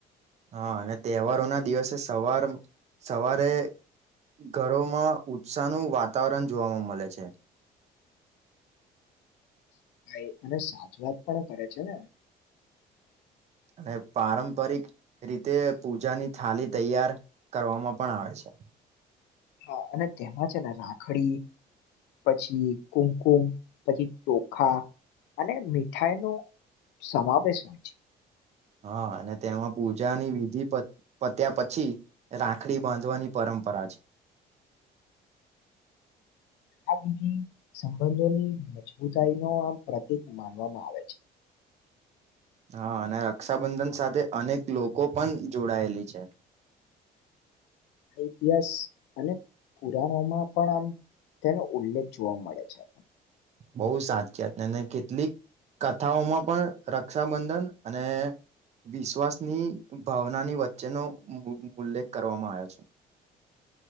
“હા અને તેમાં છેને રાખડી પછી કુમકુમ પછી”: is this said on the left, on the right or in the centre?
Left